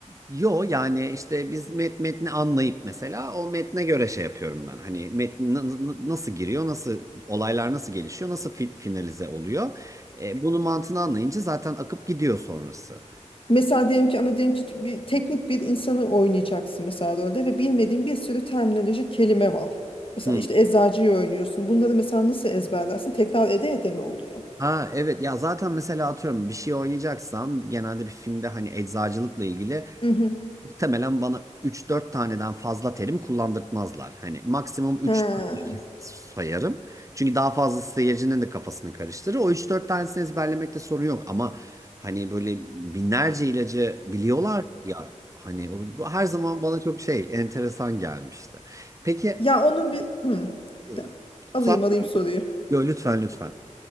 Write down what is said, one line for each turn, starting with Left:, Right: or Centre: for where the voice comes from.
Right: Yo yani işte biz met, metni anlayıp mesela o metne göre şey yapıyorum ben. Hani metni na- na- nasıl giriyor, nasıl olaylar nasıl gelişiyor, nasıl fi- finalize oluyor. E, bunun mantığını anlayınca zaten akıp gidiyor sonrası.
Left: Mesela diyelim ki ama diyelim ki bir teknik bir insanı oynayacaksın mesela rolde ve bilmediğin bir sürü terminoloji kelime var. Mesela
Right: Hı.
Left: işte eczacıyı oynuyorsun. Bunları mesela nasıl ezberlersin? Tekrar ede ede mi oluyor?
Right: Ha evet ya zaten mesela atıyorum bir şey oynayacaksam genelde bir filmde hani eczacılıkla ilgili
Left: Hı hı.
Right: muhtemelen bana üç dört taneden fazla terim kullandırtmazlar. Hani maksimum üç
Left: Ha.
Right: sayarım. Çünkü daha fazlası seyircinin de kafasını karıştırır. O üç dört tanesini ezberlemekte sorun yok ama hani böyle binlerce ilacı biliyorlar ya hani o, bu her zaman bana çok şey enteresan gelmişti. Peki
Left: Ya onu bir hı.
Right: e,
Left: De- alayım
Right: Suat,
Left: alayım soruyu.
Right: yo, lütfen lütfen.